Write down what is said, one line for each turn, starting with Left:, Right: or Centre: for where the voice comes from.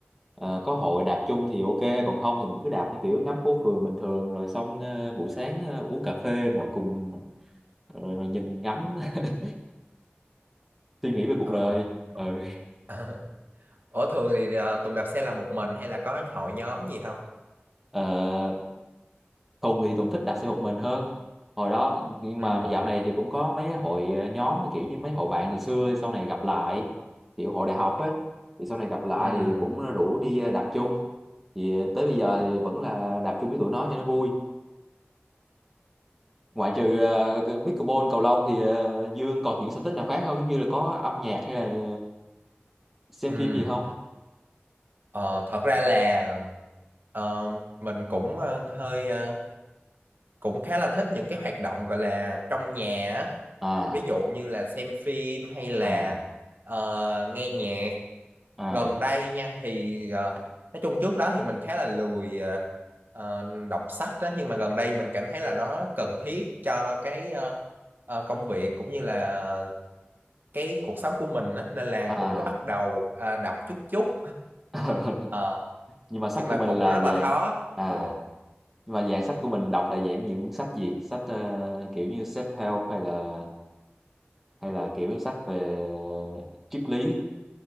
Centre: ờ, có hội đạp chung thì ok còn không thì mình cứ đạp theo kiểu ngắm phố phường bình thường rồi xong ờ, buổi sáng ờ, uống cà phê mọi cùng rồi, rồi nhìn ngắm <laughs> suy nghĩ về cuộc
Right: Ờ.
Centre: đời ừ.
Right: <laughs> Ủa thường thì ờ, Tùng đạp xe là một mình hay là có hội nhóm gì không?
Centre: Ờ, Tùng thì Tùng thích đạp xe một mình hơn hồi đó nhưng
Right: Ừ.
Centre: mà dạo này thì cũng có mấy hội ờ, nhóm kiểu như mấy hội bạn hồi xưa sau này gặp lại kiểu hội đại học á thì sau này gặp lại
Right: ừ
Centre: thì cũng rủ đi ờ, đạp chung thì ờ, tới bây giờ thì vẫn là đạp chung với tụi nó cho nó vui ngoại trừ ờ, cái pickleball cầu lông thì ờ, Dương còn những sở thích nào khác không giống như là có âm nhạc hay là ờ, xem
Right: ừ
Centre: phim gì không
Right: Ờ, thật ra là ờ, mình cũng ờ, hơi ờ, cũng khá là thích những cái hoạt động gọi là trong nhà á.
Centre: à
Right: ví dụ như là xem phim hay là
Centre: à
Right: ờ, nghe nhạc
Centre: à
Right: gần đây nha thì ờ, nói chung trước đó thì mình khá là lười ờ, ờ, đọc sách đó nhưng mà gần đây mình cảm thấy là nó cần thiết cho cái ờ, ờ, công việc cũng như là cái cuộc sống của mình á nên là
Centre: à
Right: cũng có bắt đầu ờ, đọc chút chút
Centre: <laughs>
Right: Ờ,
Centre: nhưng mà sách
Right: nhưng mà
Centre: của mình
Right: cũng
Centre: là
Right: rất là
Centre: vàng
Right: khó
Centre: à
Right: ừ.
Centre: nhưng mà dạng sách của mình đọc là dạng những sách gì? Sách ờ, kiểu như self-help hay là hay là kiểu sách về triết lý.